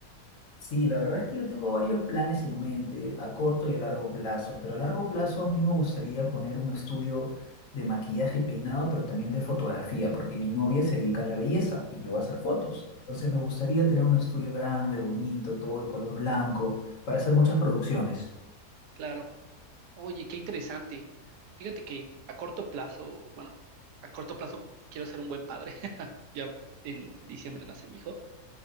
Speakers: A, on the left; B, on the right.
A: Sí, la verdad es que yo tengo varios planes en mente, a corto y a largo plazo, pero a largo plazo a mí me gustaría poner un estudio de maquillaje y peinado, pero también de fotografía, porque mi novia se dedica a la belleza y yo a hacer fotos. Entonces me gustaría tener un estudio grande, bonito, todo de color blanco, para hacer muchas producciones.
B: Claro. Oye, qué interesante. Fíjate que a corto plazo, bueno, a corto plazo quiero ser un buen padre. <laughs> Ya en diciembre nace mi hijo,